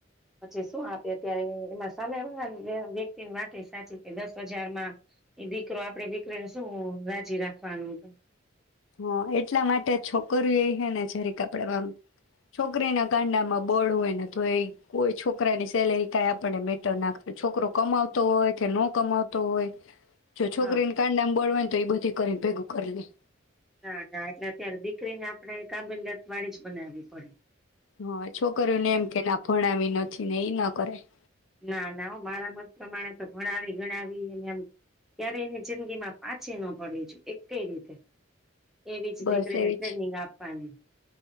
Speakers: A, in the centre; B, on the left.
A: પછી શું આપે અત્યારે એમાં સામે વા વ્યક્તિની વાત સાચી કે દસ હજાર માં એ દીકરો આપણે દીકરીને શું રાજી રાખવાનું છે.
B: હા એટલા માટે છોકરી એ હે ને જરીક આપણે છોકરીના કાંડામાં બળ હોય ને તો એ કોઈ છોકરાની સેલેરી કાંઈ આપણે મેટર ના‌ કરે છોકરો કમાવતો હોય કે ન કમાવતો હોય. જો છોકરીના
A: હા
B: કાંડા બળ હોય ને તો એ બધી કરી ને. ભેગું કરેલી.
A: ના ના એટલે અત્યારે દીકરીને આપણે કાબુલિયત વાળી જ બનાવવી પડે.
B: હા છોકરીઓને એમ કે ના ભણાવી નથી ને એઈ ના કરાય.
A: ના ના હો મારા મત પ્રમાણે તો ભણાવી ગણાવીને એમ ક્યારે એની જિંદગી માં પાછી ન પડવી જોઈએ, એક કઈ રીતે. એવી જ
B: બસ
A: દીકરીને
B: એવી
A: ટ્રેનિંગ
B: જ
A: આપવાની.